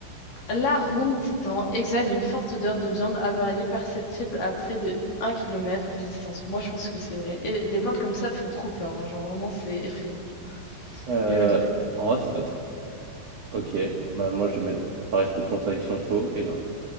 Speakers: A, on the left; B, on the right.
A: L'arum titan exhale une forte odeur de viande avariée perceptible à près de un kilomètre de distance. Moi, je pense que c'est vrai. Et les plantes comme ça, elles font trop peur. hein. Genre, vraiment, c'est effrayant.
B: Euh,
A: J'ai jamais de vrai.
B: en vrai, ça doit être... Ok, bah moi je vais mettre par esprit de contradiction faux et non.